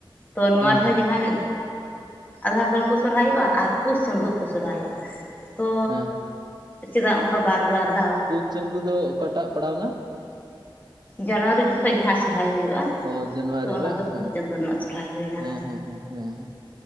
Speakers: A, on the left; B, on the right.
A: ᱛᱚ ᱱᱚᱣᱟ
B: ᱦᱮᱸ
A: ᱨᱮᱦᱚᱸ
B: ᱦᱮᱸ
A: ᱡᱟᱦᱟᱸᱭ, ᱟᱫᱷᱟ ᱦᱚᱲ ᱠᱚ ᱥᱚᱨᱦᱟᱭᱚᱜᱼᱟ᱾ ᱟᱨ ᱯᱩᱥ ᱪᱟᱸᱫᱳ ᱦᱚ ᱠᱚ ᱥᱚᱨᱦᱟᱭᱚᱜᱼᱟ᱾ ᱛᱚ
B: ᱦᱮᱸ
A: ᱪᱮᱫᱟᱜ ᱚᱱᱠᱟ ᱵᱟᱨ ᱵᱟᱨ ᱫᱷᱟᱣ?
B: ᱪᱟᱸᱫᱩ ᱫᱚ ᱚᱠᱟᱴᱟᱜ ᱯᱟᱲᱟᱣ ᱱᱟ?
A: ᱡᱟᱱᱩᱣᱟᱨᱤ ᱡᱚᱠᱷᱚᱴᱟᱡ ᱡᱟᱦᱟᱸ ᱥᱚᱨᱦᱟᱭ ᱦᱩᱭᱩᱜᱼᱟ,
B: ᱚ ᱡᱟᱱᱩᱣᱟᱨᱤ
A: ᱛᱚ ᱚᱱᱟ
B: ᱵᱟᱝ?
A: ᱫᱚ ᱯᱩᱥ
B: ᱦᱮᱸ,
A: ᱪᱟᱸᱫᱳ ᱨᱮᱱᱟᱜ᱾ ᱥᱚᱨᱦᱟᱭ ᱦᱩᱭᱱᱟ
B: ᱦᱮᱸ
A: ᱦᱳᱭ
B: ᱦᱮᱸ ᱦᱮᱸ ᱦᱮᱸ ᱦᱮᱸ